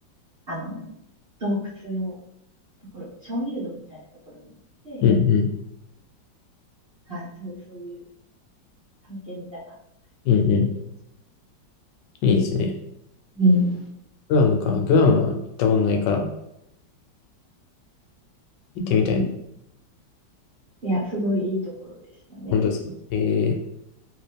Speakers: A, on the right (about 40°); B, on the left (about 75°).
A: あの、洞窟のところ、鍾乳洞みたいなところに行って、
B: うん、うん。
A: はい、そうそういう探検みたいな
B: うん、うん。
A: 経験です
B: いいですね。
A: うん。
B: グアムか。グアムは行ったことないから、行ってみたいな。
A: うんいや、すごいいいところでしたね。
B: 本当ですかえー、
A: やっ